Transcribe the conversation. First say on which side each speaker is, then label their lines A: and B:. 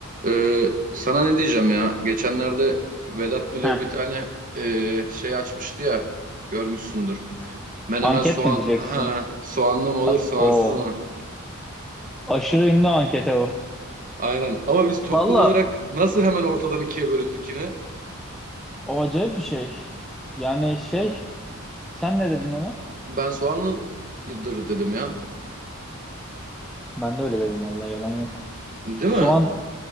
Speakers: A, on the right (about 40°); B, in the centre.
A: Ee, sana ne diyeceğim ya? Geçenlerde Vedat Milor
B: Heh,
A: bir tane e, şey açmıştı ya. Görmüşsündür. Menemen
B: anket
A: soğan.
B: mi diyeceksin?
A: Ha, soğanlı mı olur,
B: A-
A: soğansız
B: o
A: mı?
B: aşırı ünlü ankete bu.
A: Aynen. Ama biz toplum
B: Valla
A: olarak nasıl hemen ortadan ikiye bölündük yine?
B: o acayip bir şey. Yani şey sen ne dedin ona?
A: Ben soğanlıdır dedim ya.
B: Ben de öyle dedim vallahi yalan yok.
A: Değil
B: Soğan
A: mi?